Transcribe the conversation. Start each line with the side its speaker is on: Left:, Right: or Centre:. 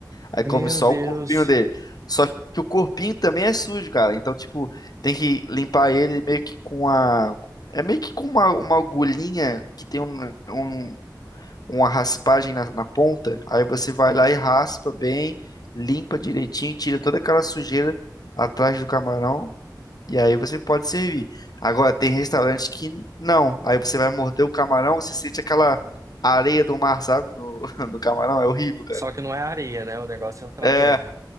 Left: Aí
Right: Meu
Left: come só
Right: Deus.
Left: o corpinho dele. Só que o corpinho também é sujo, cara. Então, tipo, tem que limpar ele meio que com a. É meio que com uma, uma agulhinha que tem um, um- uma raspagem na, na ponta. Aí você vai lá e raspa bem, limpa direitinho, tira toda aquela sujeira atrás do camarão. E aí você pode servir. Agora, tem restaurante que não. Aí você vai morder o camarão, você sente aquela areia do mar, sabe? No, <laughs> no camarão. É horrível, cara.
Right: Só que não é areia, né? O negócio é outra
Left: É.
Right: coisa.